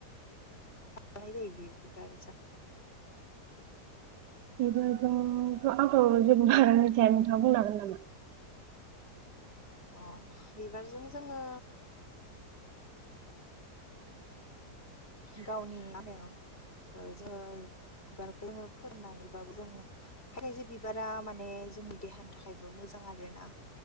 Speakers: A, on the left (about 35°); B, on the right (about 85°).
A: बानाय जायो बि बिबारजों
B: बेनिफायथ' आंथ' जेबो हमनो हाया मिथिया नोंथाङा बुंनो हागोन नामा
A: अ बिबारजों जोङो गावनि मा होनो जोङो बिबारखौ जोङो फोरनानैबाबो जोङो खायसेे बिबारा माने जोंनि देहानि थाखायबो मोजां आरोना।